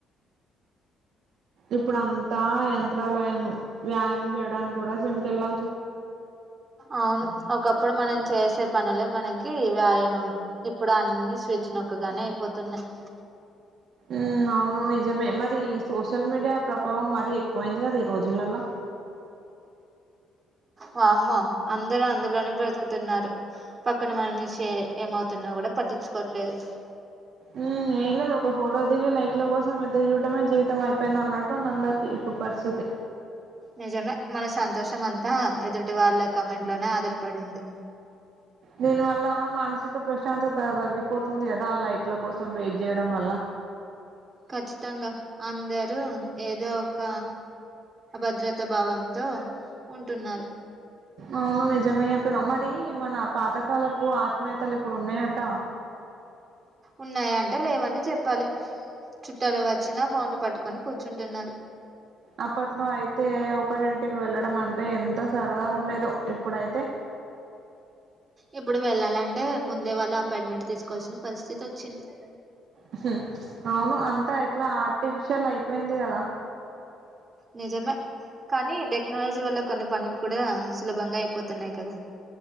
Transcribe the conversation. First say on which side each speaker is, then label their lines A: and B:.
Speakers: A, on the right; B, on the right.
A: ఇప్పుడు అంతా యంత్రాలయం వ్యాయామం చేయడానికి కూడా జిమ్ కెళ్లా
B: అవును ఒకప్పుడు మనం చేసే పనులే మనకి వ్యాయామం ఇప్పుడు అన్ని స్విచ్ నొక్కగానే అయిపోతున్నాయి
A: ఉమ్. అవును నిజమే మరి ఈ సోషల్ మీడియా ప్రభావం మరీ ఎక్కువైంది కదా ఈ రోజులలో
B: వామ్మో అందరూ అందులోనే బ్రతుకుతున్నారు పక్కన మనిషి ఏమవుతున్నా కూడా పట్టించుకోట్లేదు
A: ఉమ్ ఏం లేదు ఒక ఫోటో దిగి లైక్ల కోసం ఎదురు చూడటమే జీవితం అయిపోయింది అన్నట్టుంది అందరికి ఇప్పుడు పరిస్థితి
B: నిజమే మన సంతోషం అంతా ఎదుటి వాళ్ళ కామెంట్ లోనే ఆధారపడింది.
A: దీని వల్ల మానసిక ప్రశాంతత తగ్గిపోతుంది కదా ఆ లైక్ల కోసం వెయిట్ చేయడం వల్ల.
B: ఖచ్చితంగా అందరూ ఏదో ఒక అభద్రతా భావంతో ఉంటున్నారు.
A: అవును నిజమే చెప్పినావ్ మరి మన పాతకాలపు ఆత్మీయతలు ఇప్పుడు ఉన్నాయంటావా
B: ఉన్నాయంటే లేవనే చెప్పాలి చుట్టాలు వచ్చినా ఫోన్లు పట్టుకొని కూర్చుంటున్నారు.
A: అప్పట్లో అయితే ఒకరింటికి వెళ్ళడం అంటే ఎంత సరదాగా ఉండేదో ఇప్పుడైతే
B: ఇప్పుడు వెళ్లాలంటే ముందే వాళ్ళ అపాయింట్మెంట్ తీసుకోవాల్సిన పరిస్థితి వచ్చింది
A: ఊహుం అవును అంతా ఎట్లా ఆర్టిఫిషియల్ అయిపోయింది కదా
B: నిజమే కానీ టెక్నాలజీ వల్ల కొన్ని పనులు కూడా సులభంగా అయిపోతున్నాయి కదా